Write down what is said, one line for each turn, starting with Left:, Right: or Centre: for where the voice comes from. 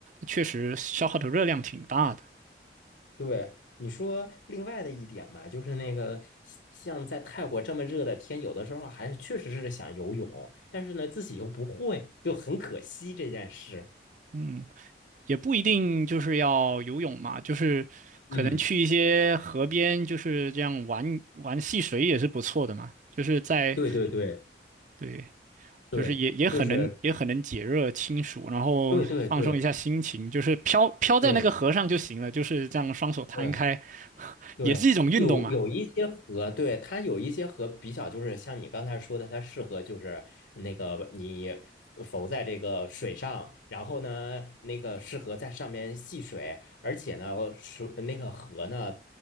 Right: 确实消耗的热量挺大的。
Left: 对。你说另外的一点嘛，就是那个像在泰国这么热的天，有的时候还是确实是想游泳，但是呢自己又不会，就很可惜这件事。
Right: 嗯，也不一定就是要游泳嘛，就是可能去一些河边，
Left: 嗯，
Right: 就是这样玩玩戏水也是不错的嘛。就是在
Left: 对对对
Right: 对，
Left: 对，
Right: 就是也也很能也很能解热清暑，
Left: 就是
Right: 然后放松一下心情，
Left: 对对对。
Right: 就是飘飘在那个河上就行了，
Left: 对
Right: 就是这样双手摊开，
Left: 对
Right: <laughs>
Left: 对，
Right: 也是一种运动嘛。
Left: 有有一些河，对，它有一些河比较就是像你刚才说的，它适合就是那个你浮在这个水上，然后呢，那个适合在上面戏水，而且呢，水那个河呢